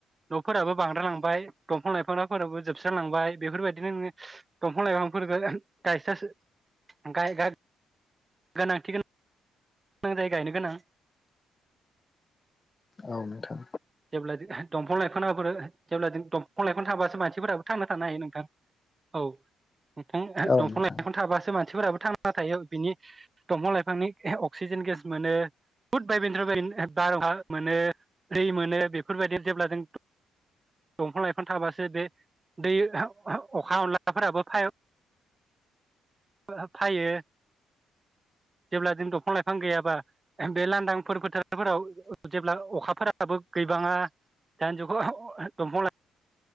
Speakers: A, on the right; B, on the left.
A: न'फोराबो बांद्राइलांबाय दंफां लाइफांफोराबो जोबस्रालांबाय बेफोरबायदिनो नो दंफां लाइफां। <unintelligible> गाइ गाइ गोनांथि गोनां जायो गायनो गोनां।
B: औ नोंथां
A: जेब्लादि दंफां लाइफां <unintelligible> जेब्ला जों दंफां लाइफां <unintelligible> थाबासो मानसिफोराबो थांना थानो हायो नोंथां। औ। नोंथां ओ
B: औ
A: दंफां
B: नोंथां
A: लाइफां थाबासो मान सिफोराबो थांना थायो बिनि दंफां लाइफांनि एहे अक्सिजेन गेस मोनो <unintelligible> मोनो। फ्रि मोनो बेफोरबायदि जेब्ला जों दंफां लाइ फां थाबासो बे दै अखा <unintelligible> <unintelligible> फायो जेब्ला जों दंफां लाइफां गैयाबा बे लांदांफोर फोथारफोराव जेब्ला अखाफोराव <unintelligible> गैबाङा दानिजुगाव <unintelligible> दंफां लाइ